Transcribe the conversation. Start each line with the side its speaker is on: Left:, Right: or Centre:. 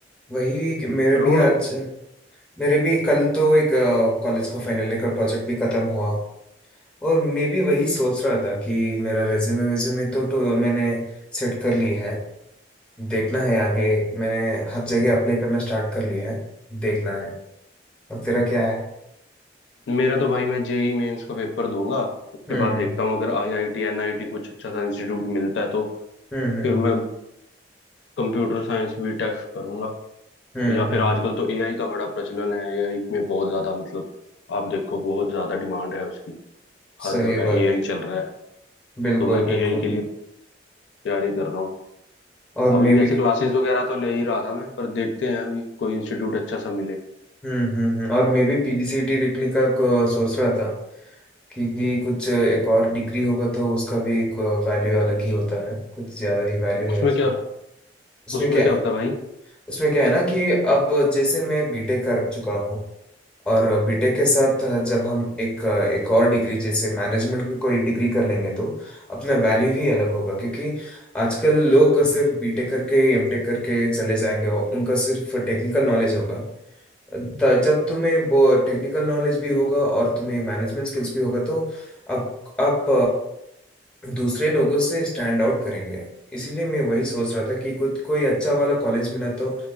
Centre: वही कि मेरे
Left: रोड
Centre: भी आज मेरे भी कल तो एक कॉलेज का फाइनल ईयर का प्रोजेक्ट भी खत्म हुआ और मैं भी वही सोच रहा था कि मेरा रेज्यूमे वेज्यूमे तो, तो मैंने सेट कर ली है देखना है आगे मैंने हर जगह अप्लाई करना स्टार्ट कर लिया है देखना है और तेरा क्या है
Left: मेरा तो भाई मैं जेई मेंस का पेपर दूंगा उसके
Centre: हम्म
Left: बाद
Centre: हम्म
Left: देखता हूँ अगर आईआईटी एनआईटी कुछ अच्छा सा इंस्टीट्यूट मिलता है तो
Centre: हम्म
Left: फिर मैं कंप्यूटर साइंस बीटेक करूंगा
Centre: हम्म
Left: या
Centre: हम्म हम्म,
Left: फिर आजकल तो एआई का बड़ा प्रचलन है एआई में बहुत ज्यादा मतलब आप देखो बहुत ज्यादा डिमांड है उसकी हर
Centre: सही
Left: जगह
Centre: बात
Left: एआई चल रहा है
Centre: बिल्कुल
Left: तो मैं
Centre: बिल्कुल
Left: एआई के लिए तैयारी कर रहा हूँ
Centre: और मैं
Left: अभी वैसे
Centre: भी
Left: क्लासेस वगैरह तो ले ही रहा था मैं पर देखते हैं अभी कोई इंस्टीट्यूट अच्छा सा मिले
Centre: हम्म हम्म हम्म। और मैं भी पीजीसीटी लिखने का को सोच रहा था क्योंकि कुछ एक और डिग्री होगा तो उसका भी एक वैल्यू अलग ही होता है कुछ ज्यादा ही वैल्यू है
Left: उसमें
Centre: उसमें
Left: क्या
Centre: उसमें
Left: उसमें
Centre: क्या
Left: क्या
Centre: है
Left: होता है भाई
Centre: उसमें क्या है ना कि अब जैसे मैं बीटेक कर चुका हूँ और बीटेक के साथ जब हम एक एक और डिग्री जैसे मैनेजमेंट की कोई डिग्री कर लेंगे तो अपना वैल्यू ही अलग होगा क्योंकि आजकल लोग सिर्फ बीटेक करके एमटेक करके चले जाएंगे और उनका सिर्फ टेक्निकल नॉलेज होगा त- जब तुम्हें वो टेक्निकल नॉलेज भी होगा और तुम्हें मैनेजमेंट स्किल्स भी होगा तो आप आप अ, दूसरे लोगों से स्टैंड आउट करेंगे इसीलिए मैं वही सोच रहा था कि कुछ कोई अच्छा वाला कॉलेज मिला तो